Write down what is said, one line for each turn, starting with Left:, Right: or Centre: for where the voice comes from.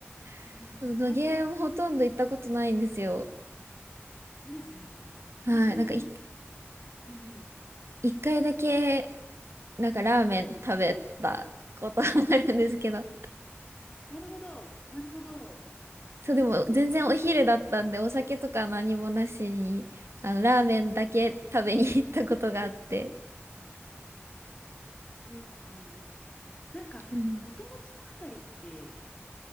Right: <laughs>
Left: うん、
Right: そう野毛もほとんど行ったことないんですよ。
Left: なんか、そうですよね。私も、
Right: はい。なんかい、
Left: あの、うんうん、
Right: 一回だけ、なんかラーメン食べたことがあるんですけど。
Left: うん。なるほど、なるほど。
Right: そう、でも全然お昼だったんで、お酒とか何もなしに、あの、ラーメンだけ食べに行ったことがあって。
Left: いいと思います。なんか、
Right: うん
Left: 元町のあたりって、